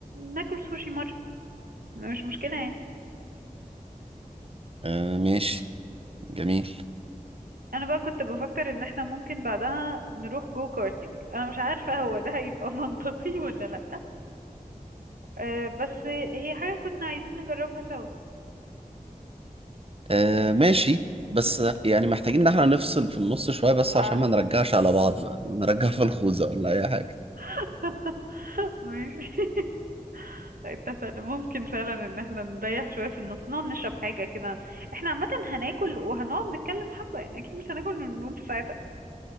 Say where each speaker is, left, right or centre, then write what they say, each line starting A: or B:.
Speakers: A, on the right (about 80°); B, on the right (about 40°).
A: ناكل سوشي مرة مش مشكلة يعني
B: آه ماشي جميل
A: انا بقى كنت بفكر ان احنا ممكن بعدها نروح جو كارتينج انا مش عارفة هو ده هيبقى <laughs> منطقي ولا لا أه بس هي حاجة كنا عايزين نجربها سوا
B: آه ماشي بس يعني محتاجين ان احنا نفصل في النص شوية بس
A: آه.
B: عشان ما نرجعش على بعض بقى نرجع في الخوذة ولا اي حاجة
A: <laughs> ماشي اتفقنا ممكن فعلا ان احنا نريح شوية في النص نقعد نشرب حاجة كده احنا عامة هناكل وهنقعد نتكلم حبة يعني اكيد مش هناكل وننوم في ساعتها